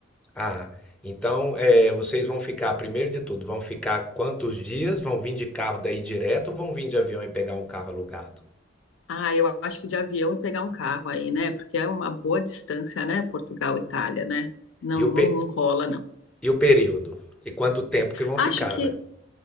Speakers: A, in the centre; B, on the left (about 75°).
A: Ah, então é, vocês vão ficar, primeiro de tudo, vão ficar quantos dias? Vão vir de carro daí direto ou vão vir de avião e pegar um carro alugado?
B: Ah, eu acho que de avião e pegar um carro aí, né? Porque é uma boa distância, né? Portugal, Itália, né? Não,
A: E o,
B: não,
A: pe-
B: não rola, não.
A: e o período? E quanto tempo que vão
B: Acho
A: ficar,
B: que
A: né?